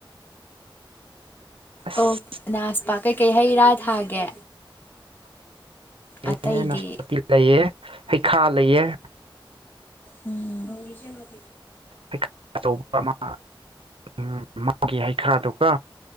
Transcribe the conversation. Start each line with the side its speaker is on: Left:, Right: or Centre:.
Right: ꯑꯁ
Left: ꯑꯣ ꯅꯥꯁꯄꯥ ꯀꯩꯀꯩ ꯍꯩ ꯔꯥ ꯊꯥꯒꯦ
Right: ꯑꯦ
Left: ꯑꯇꯩꯗꯤ
Right: ꯅꯥꯁꯄꯥꯇꯤ ꯂꯩꯑ ꯍꯩꯈꯥ ꯂꯩꯑ
Left: ꯎꯝ <inaudible>
Right: ꯍꯩ ꯑꯆꯧꯕ ꯑꯃ ꯎ ꯃꯥꯎꯒꯤ ꯍꯩꯈꯥꯗꯨꯀꯣ